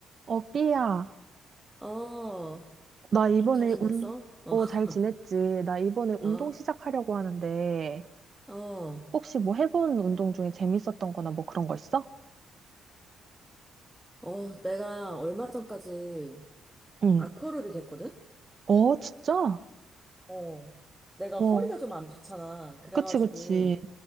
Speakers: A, on the right; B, in the centre.
A: 어, 삐야.
B: 어,
A: 나 이번에
B: 잘 지냈어?
A: 운,
B: 어,
A: 어,
B: <laughs>
A: 잘 지냈지? 나 이번에
B: 어,
A: 운동 시작하려고 하는데,
B: 어,
A: 혹시 뭐 해본 운동 중에 재밌었던 거나 뭐 그런 거 있어?
B: 어, 내가 얼마 전까지
A: 응.
B: 아쿠아로빅 했거든?
A: 어, 진짜?
B: 어, 내가
A: 와,
B: 허리가 좀 안 좋잖아. 그래가지고,
A: 그치, 그치.